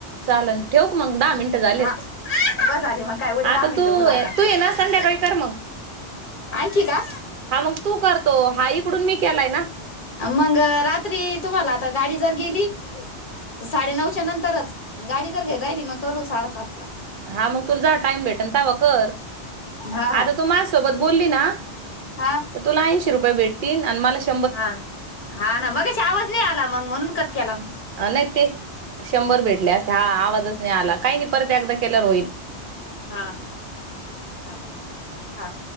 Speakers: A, on the right; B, on the left.
A: चालनं ठेवू का मंग दहा मिनटं झालेत.
B: हा बस झाले मग काय उद्या दहा
A: आता
B: मिनिटं
A: तू,
B: बोलू आता
A: तू ये ना संध्याकाळी कर मंग.
B: आणखी का!
A: हा मंग तू कर तो, हा इकडून मी केलाय ना!
B: मंग रात्री तुम्हाला आता, गाडी जर गेली! त साडेनऊच्या नंतरच, अन गाडी जर घरी राहिली मंग करू सहा सात ला!
A: हा मंग तुला जवा टाइम भेटन तवा कर!
B: हा हा
A: आता तू माह्यांसोबत बोलली ना
B: हा
A: तर तुला ऐशी रुपये भेटतीनं आणि मला श
B: हा हा ना मगाशी आवाज नही आला, मग म्हणून कट केला मंग.
A: अ नही ते शंभर भेटले असते, हा आवाजच नही आला काही नही परत एकदा केल्यावर होईनं.
B: हां चाल हां!